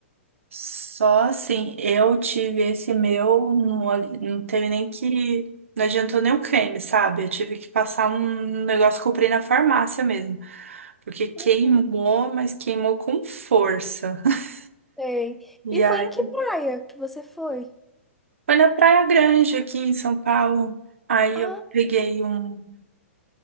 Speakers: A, on the right (about 70°); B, in the centre.
A: Só assim, eu tive esse meu, não, olhe- não teve nem que. Não adiantou nem o creme, sabe? Eu tive que passar um negócio que eu comprei na farmácia mesmo. Porque queimou,
B: uhum,
A: mas queimou com força. <laughs>
B: sei.
A: E
B: E
A: aí,
B: foi em que praia que você foi?
A: foi na Praia Grande, aqui em São Paulo. Aí
B: Ah.
A: eu peguei um.